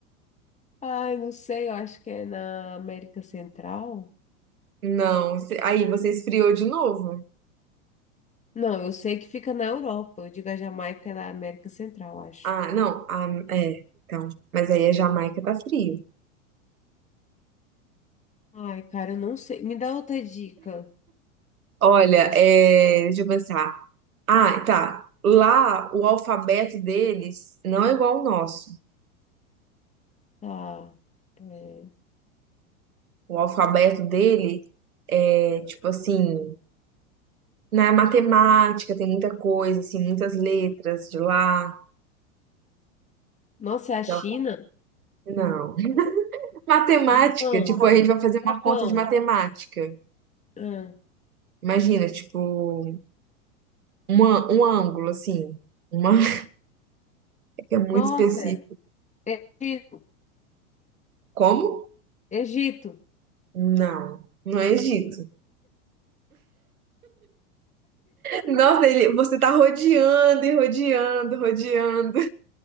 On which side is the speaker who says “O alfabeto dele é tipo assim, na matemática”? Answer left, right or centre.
Right